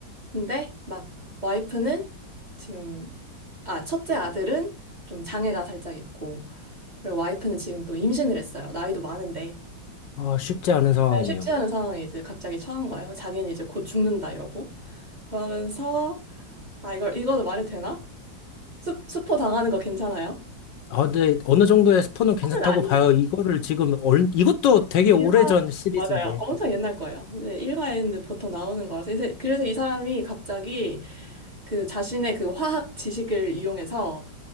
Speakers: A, on the right (about 25°); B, on the left (about 70°).
A: 근데 막 와이프는 지금 아 첫째 아들은 좀 장애가 살짝 있고 그리고 와이프는 지금 또 임신을 했어요. 나이도 많은데
B: 아, 쉽지 않은 상황이네요.
A: 아, 쉽지 않은 상황에 이제 갑자기 처한 거예요. 자기는 이제 곧 죽는다 이러고 그러면서 아, 이걸 읽어도 말이 되나? 스, 스포 당하는 거 괜찮아요?
B: 아, 근데 어느 정도의 스포는 괜찮다고
A: 처음은 아니에요.
B: 봐요. 이거를 지금 얼, 이것도 되게
A: 일화
B: 오래전 시리즈인데
A: 맞아요. 엄청 옛날 거예요. 근데 1화에는 보통 나오는 거라서. 이제- 그래서 이 사람이 갑자기 그 자신의 그 화학 지식을 이용해서